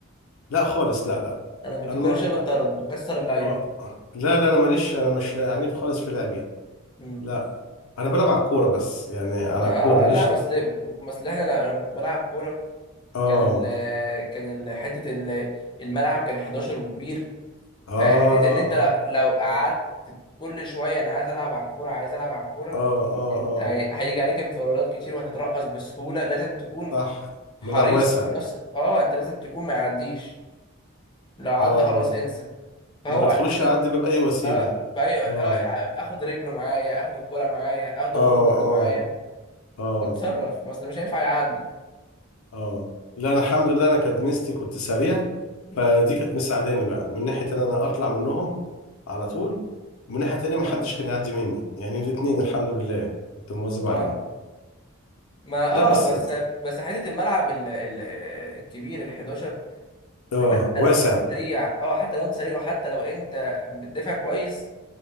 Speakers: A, on the left; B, on the left.
A: لا خالص لا لا
B: انا كنت
A: انا
B: كل
A: ما
B: شويه بتطرد بكسر اللعيبه
A: اه لا لا انا ماليش انا مش عنيف خالص
B: مم.
A: في لعبي
B: امم
A: لا انا بلعب على الكوره بس يعني على
B: ما
A: الكوره ماليش
B: آه لا بس
A: اه
B: ل- بس ل- احنا ل- لما كنت بلعب كوره
A: اه
B: كان ال كان ال حته ال- الملعب كان 11 وكبير
A: اه
B: فحته ان انت ل- لو قعدت كل شويه انا عايز العب على الكوره عايز العب على الكوره
A: اه اه
B: انت
A: اه
B: هي- هيجي عليك انفرادات كتير وهتترقص بسهوله لازم تكون
A: صح
B: حريص
A: ملعب واسع
B: وفي نفس اه انت لازم تكون ما يعديش لو عدى
A: اه
B: خلاص انسى فهو
A: ما بتخلوش
B: ي-
A: يعدي باب اي وسيله
B: اه بأي... اه
A: اه
B: آه، اخد رجله معايا اخد الكوره معايا اخده
A: اه
B: هو كله
A: اه
B: معايا
A: اه
B: بتصرف ما اصل مش هينفع يعدي
A: اه لا انا الحمد لله انا كدميستي كنت سريع
B: مم.
A: فدي كانت مساعداني بقى من ناحيه ان انا اطلع منهم على طول ومن ناحيه تانية محدش
B: اه
A: كان يعدي مني يعني الاتنين
B: مم.
A: الحمد لله كنت مواظب عليهم
B: اه ما
A: لا
B: اه
A: بس
B: بس بس حته الملعب ال- ال- الكبير ال 11
A: اه
B: حتى
A: واسع
B: لو انت سريع اه حتى لو انت سريع وحتى لو انت بتدافع كويس